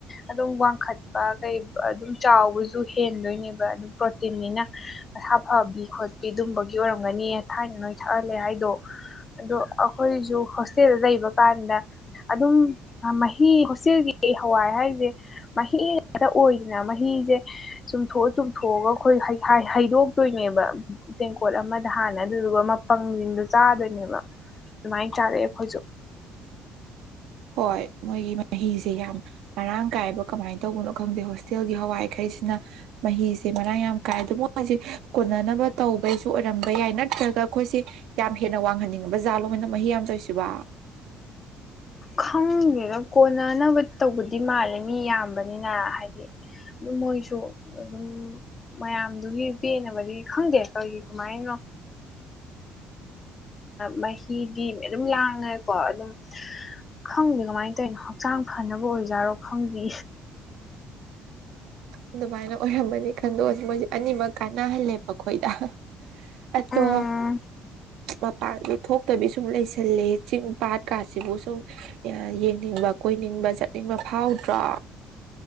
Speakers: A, on the left; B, on the right.
A: ꯑꯗꯨꯝ ꯋꯥꯡꯈꯠꯄ ꯀꯩ ꯑꯗꯨꯝ ꯆꯥꯎꯕꯁꯨ ꯍꯦꯟꯗꯣꯏꯅꯦꯕ ꯑꯗꯨꯝ ꯄ꯭ꯔꯣꯇꯤꯟꯅꯤꯅ ꯁꯥ ꯐꯕꯤ ꯈꯣꯠꯄꯤ ꯑꯗꯨꯝꯕꯒꯤ ꯑꯣꯏꯔ ꯐꯪꯒꯅꯤ ꯊꯥꯏꯅ ꯅꯣꯏ ꯊꯛꯍꯜꯂꯦ ꯍꯥꯏꯗꯣ ꯑꯗꯣ ꯑꯩꯈꯣꯏꯁꯨ ꯍꯣꯁꯇꯦꯜꯗ ꯂꯩꯕ ꯀꯥꯟꯗ ꯑꯗꯨꯝ ꯃꯍꯤ ꯍꯣꯁꯦꯜꯒꯤ ꯑꯩ ꯍꯋꯥꯏ ꯍꯥꯏꯔꯤꯁꯦ ꯃꯍꯤꯇ ꯑꯣꯏꯗꯅ ꯃꯍꯤꯁꯦ ꯆꯨꯝꯊꯣꯛꯑ ꯆꯨꯝꯊꯣꯛꯑꯒ ꯑꯩꯈꯣꯏ ꯍꯩꯗꯣꯛꯇꯣꯏꯅꯦꯕ ꯇꯦꯡꯀꯣꯠ ꯑꯃ ꯑꯗ ꯍꯥꯟꯅ ꯑꯗꯨꯗꯨꯒ ꯃꯄꯪꯁꯤꯡꯗꯣ ꯆꯥꯗꯣꯏꯅꯦꯕ ꯑꯗꯨꯃꯥꯏꯅ ꯆꯥꯔꯛꯑꯦ ꯑꯩꯈꯣꯏꯁꯨ
B: ꯍꯣꯏ ꯃꯣꯏꯒꯤ ꯃꯍꯤꯁꯦ ꯌꯥꯝ ꯃꯔꯥꯡ ꯀꯥꯏꯕ ꯀꯃꯥꯏꯅ ꯇꯧꯕꯅꯣ ꯈꯪꯗꯦ ꯍꯣꯁꯇꯦꯜꯒꯤ ꯍꯋꯥꯏꯈꯩꯁꯤꯅ ꯃꯍꯤꯁꯦ ꯃꯔꯥꯡ ꯌꯥꯝ ꯀꯥꯏꯗꯣ ꯃꯣꯏꯁꯦ ꯀꯣꯟꯅꯅꯕ ꯇꯧꯕꯩꯁꯨ ꯑꯣꯏꯔꯝꯕ ꯌꯥꯏ ꯅꯠꯇ꯭ꯔꯒ ꯑꯩꯈꯣꯏꯁꯦ ꯌꯥꯝ ꯍꯦꯟꯅ ꯋꯥꯡꯍꯟꯅꯤꯡꯉꯕ ꯖꯥꯠꯂꯣ ꯃꯣꯏꯅ ꯃꯍꯤ ꯌꯥꯝ ꯇꯧꯁꯤꯕ
A: ꯈꯪꯗꯦꯅ ꯀꯣꯟꯅꯅꯕ ꯇꯧꯕꯗꯤ ꯃꯥꯜꯂꯦ ꯃꯤ ꯌꯥꯝꯌꯥꯝꯕꯅꯤꯅ ꯍꯥꯏꯗꯤ ꯑꯗꯨꯝ ꯃꯣꯏꯁꯨ ꯑꯗꯨꯝ ꯃꯌꯥꯝꯗꯨꯒꯤ ꯄꯦꯟꯅꯕꯗꯤ ꯈꯪꯗꯦ ꯀꯔꯤꯒꯤ ꯀꯃꯥꯏꯅꯣ ꯃꯍꯤꯗꯤ ꯑꯗꯨꯝ ꯂꯥꯡꯉꯦꯀꯣ ꯑꯗꯨꯝ ꯈꯪꯗꯦ ꯀꯃꯥꯏꯅ ꯇꯧꯔꯤꯅꯣ ꯍꯛꯆꯥꯡ ꯐꯅꯕ ꯑꯣꯏꯖꯥꯠꯔꯣ ꯈꯪꯗꯦ
B: ꯑꯗꯨꯃꯥꯏꯅ ꯑꯣꯏꯔꯝꯝꯕꯅꯤ ꯈꯟꯗꯣꯛꯑꯁꯤ ꯃꯣꯏꯁꯦ ꯑꯅꯤꯃꯛ ꯀꯥꯟꯅꯍꯜꯂꯦꯕꯈꯣꯏꯗ ꯑꯗꯣ
A: ꯎꯝ
B: ꯃꯄꯥꯟꯗ ꯊꯣꯛꯇꯕꯤ ꯁꯨꯝ ꯂꯩꯁ ꯊꯜꯂꯦ ꯆꯤꯡ ꯄꯥꯠꯀꯥꯁꯤꯕꯨ ꯁꯨꯝ ꯌꯦꯡꯅꯤꯡꯕ ꯀꯣꯏꯅꯤꯡꯕ ꯆꯠꯅꯤꯡꯕ ꯐꯥꯎꯗ꯭ꯔꯥ